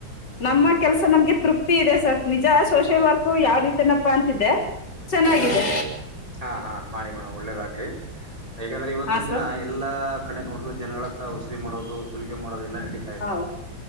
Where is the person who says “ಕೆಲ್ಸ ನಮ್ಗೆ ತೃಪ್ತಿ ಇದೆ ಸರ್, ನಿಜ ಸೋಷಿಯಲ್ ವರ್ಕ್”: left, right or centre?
Left